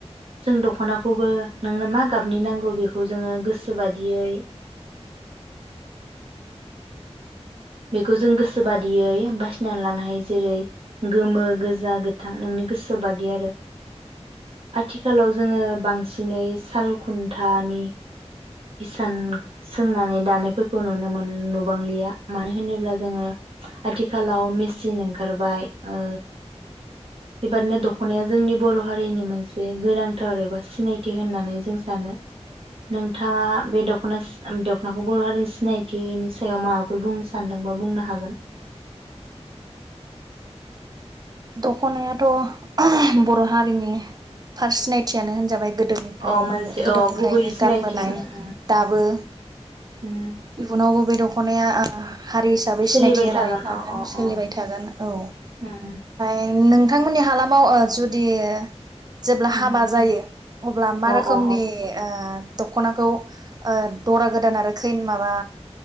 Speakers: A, on the right (about 55°); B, on the right (about 35°).
A: जों दख'नाखौबो नोंनो मा गाबनि नांगौ बेखौ जोंङो गोसो बादियै बेखौ जों गोसो बादियै बासिनानै लानो हायो जेरै गोमो गोजा गोथां नोंनि गोसो बादि आरो। आथिखालाव जोंङो बांसिनै साल खुन्थानि इसान सोंनानै दानायफोरखौ नुनो मोन बांलिया। मानो होनोब्ला जोंङो आथिखालाव मेसिन ओंखारबाय ओ बेबादिनो दखनाया जोंनि बर' हारिनि मोनसे गोनांथार एबा सिनायथि होननानै जों सानो। नोंथांङा बे दख'ना दख'नाखौ बर' हारिनि सिनायथिनि सायाव माबा फोर बुंनो सानदोंबा बुंनो हागोन।
B: दखनायाथ' बर' हारिनि थार सिनायथियानो होनजाबाय गोदोनिफ्रायबो
A: अ मोनसे
B: गोदोनिफ्रायनो
A: अ गुबै सिनायथि
B: गानबोनाय
A: उम उम
B: दाबो
A: उम
B: इउनावबो बेै दख खनाया ओ हारि हिसाबै
A: सोलिबाय
B: सिनायथि जानानै थागोन
A: अ अ
B: सोलिबाय
A: अ
B: थागोन औ
A: उम
B: एन नोंथांमोननि हालामाव ओ जुदि जेब्ला हाबा
A: उम
B: जायो अब्ला मा
A: अ
B: रोखोमनि
A: अ
B: ओ दख'नाखौ ओ दरा गोदान आरो खै माबा